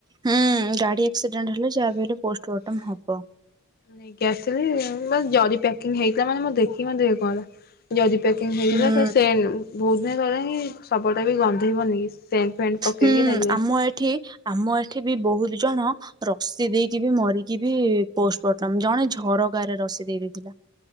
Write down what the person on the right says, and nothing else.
ହୁଁ ଗାଡି ଆକ୍ସିଡେଣ୍ଟ ହେଲେ ଯାହା ବି ହେଲେ ପୋଷ୍ଟବର୍ଟମ ହବ।
ହୁଁ
ହୁଁ
ଆମ ଏଠି ଆମ ଏଠି ବି ବହୁତ ଜଣ ରସି ଦେଇକି ବି ମରିକି ବି ପୋଷ୍ଟମର୍ଟମ ଜଣେ ଝରକାରେ ରସି ଦେଇ ଦେଇଥିଲା।